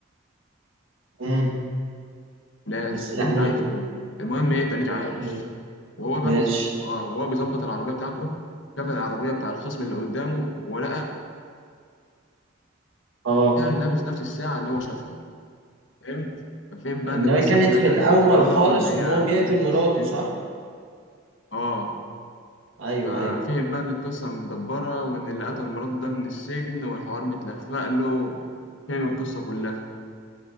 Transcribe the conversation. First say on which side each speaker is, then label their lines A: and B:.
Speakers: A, on the right; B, on the left.
A: مم.
B: فولاذ
A: بس يعني
B: اللي انت عايزه كله المهم ايه تنيك عايش
A: اوكي
B: وهو
A: ماشي
B: بقى بيز... اه وهو بيظبط العربية بتاعته شاف العربية بتاع الخصم اللي قدامه ولقى
A: اه
B: لابس نفس الساعة اللي هو شافها فهمت ففهم بقى
A: اللي
B: ان القصه
A: هي كانت
B: كلها
A: في
B: كانت
A: الاول
B: متدبره
A: خالص
B: وان هي
A: وان هو بيقتل
B: مديره
A: مراته
B: السجن
A: صح
B: اه
A: ايوه
B: ففهم
A: ايوه
B: بقى ان القصه متدبره وان اللي قتل مراته ده من السجن والحوار متلفق له فهم القصه كلها